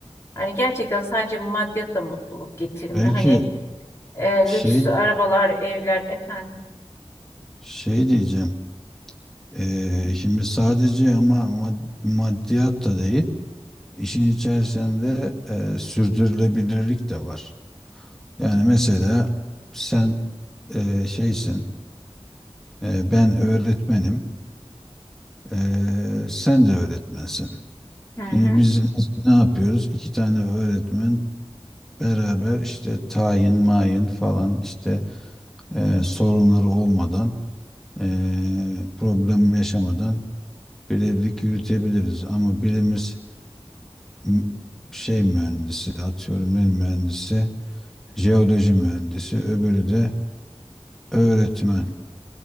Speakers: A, on the left; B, in the centre.
A: Hani gerçekten sadece maddiyat da mutluluk getirmiyor.
B: Peki
A: Hani e,
B: şey
A: lüks arabalar, evler efendim.
B: şey diyeceğim. Ee, şimdi sadece ama mad- maddiyat da değil. işin içerisinde e, sürdürülebilirlik de var. Yani mesela sen e, şeysin. e, ben öğretmenim. e, sen de öğretmensin.
A: Hı hı.
B: Şimdi biz ne yapıyoruz? İki tane öğretmen beraber işte tayin, mayın falan işte e, sorunları olmadan, e, problem yaşamadan birevlik yürütebiliriz. Ama birimiz m- şey mühendisi, atıyorum ne mühendisi, jeoloji mühendisi, öbürü de öğretmen.